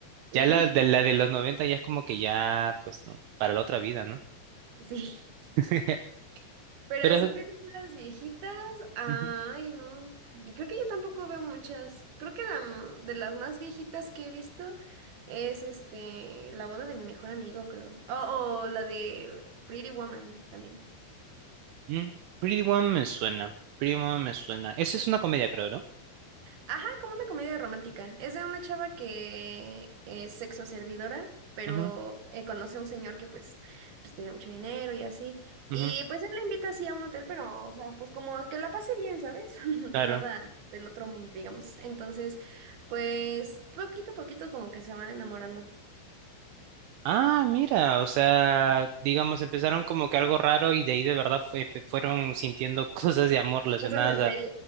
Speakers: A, on the right; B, on the right.
A: Y
B: Ya la de, la de los 90 ya es como que ya, pues no, para la otra vida, ¿no?
A: sí,
B: <laughs>
A: pero
B: Pero
A: así
B: es-
A: películas viejitas, ay,
B: ujú.
A: no. Yo creo que yo tampoco veo muchas. Creo que la m- de las más viejitas que he visto es este La boda de mi mejor amigo, creo. O o la de Pretty Woman también.
B: Mm, Pretty Woman me suena. Pretty Woman me suena. Esa es una comedia, creo, ¿no?
A: Ajá, como una comedia romántica. Es de una chava que es sexo servidora, pero
B: Ujú,
A: eh, conoce a un señor que pues, pues tiene mucho dinero y así. Y
B: ujú,
A: pues él la invita así a un hotel, pero, o sea, pues como a que la pase bien, ¿sabes? <laughs>
B: Claro.
A: Nada del otro mundo, digamos. Entonces, pues poquito a poquito como que se van enamorando.
B: Ah, mira, o sea, digamos, empezaron como que algo raro y de ahí de verdad fue- pe- fueron sintiendo <laughs> cosas de amor relacionadas
A: Cosas en serio.
B: a...